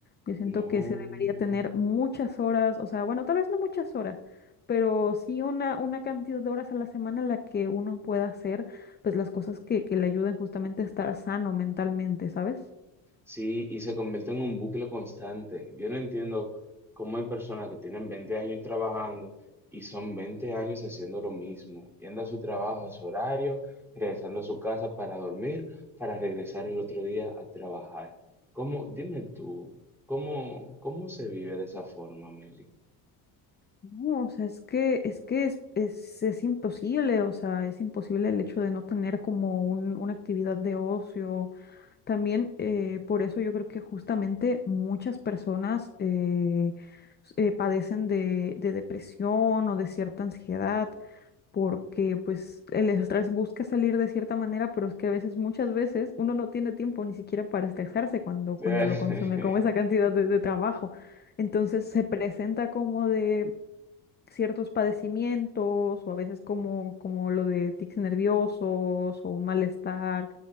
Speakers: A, on the left; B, in the centre.
A: Yo siento
B: No.
A: que se debería tener muchas horas, o sea, bueno, tal vez no muchas horas, pero sí una, una cantidad de horas a la semana en la que uno pueda hacer pues las cosas que, que le ayuden justamente a estar sano mentalmente, ¿sabes?
B: Sí, y se convierte en un bucle constante. Yo no entiendo cómo hay personas que tienen 20 años trabajando y son 20 años haciendo lo mismo, yendo a su trabajo, a su horario, regresando a su casa para dormir, para regresar el otro día a trabajar. ¿Cómo, dime tú, cómo, cómo se vive de esa forma, Meli?
A: No, o sea, es que, es que es, es, es imposible, o sea, es imposible el hecho de no tener como un, una actividad de ocio También eh, por eso yo creo que justamente muchas personas eh, s- eh, padecen de, de depresión o de cierta ansiedad, porque pues el estrés busca salir de cierta manera, pero es que a veces, muchas veces, uno no tiene tiempo ni siquiera para estresarse cuando, cuando
B: <laughs>
A: lo consume con esa cantidad de, de trabajo. Entonces se presenta como de ciertos padecimientos o a veces como, como lo de tics nerviosos o un malestar